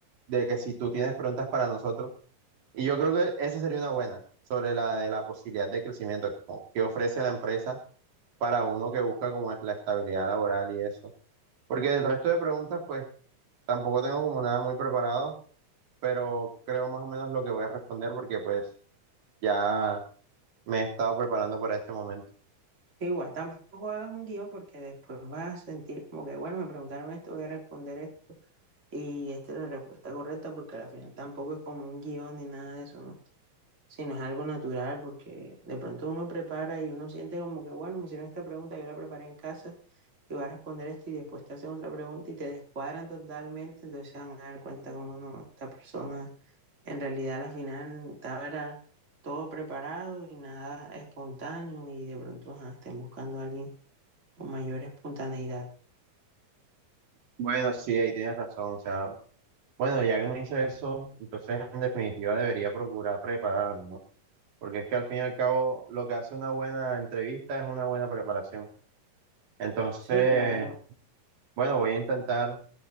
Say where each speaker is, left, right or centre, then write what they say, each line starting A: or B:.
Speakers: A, on the right; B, on the right.
A: de que si tú tienes preguntas para nosotros, y yo creo que esa sería una buena, sobre la de la posibilidad de crecimiento como que ofrece la empresa para uno que busca como es la estabilidad laboral y eso. Porque del resto de preguntas, pues tampoco tengo como nada muy preparado, pero creo más o menos lo que voy a responder porque pues ya me he estado preparando para este momento.
B: Igual, tampoco hagas un guión porque después vas a sentir como que, bueno, me preguntaron esto, voy a responder esto y esta es la respuesta correcta porque al final tampoco es como un guión ni nada de eso, ¿no? si no es algo natural, porque de pronto uno prepara y uno siente como que, bueno, me hicieron esta pregunta, yo la preparé en casa y voy a responder esto y después te hacen otra pregunta y te descuadran totalmente, entonces se van a dar cuenta como no, esta persona en realidad a la final estaba todo preparado y nada espontáneo y de pronto ajá, estén buscando a alguien con mayor espontaneidad.
A: Bueno, sí, ahí tienes razón, o sea, bueno, ya que me dice eso, entonces en definitiva debería procurar prepararme, ¿no? porque es que al fin y al cabo lo que hace una buena entrevista es una buena preparación. Entonces,
B: Sí, claro.
A: bueno, voy a intentar,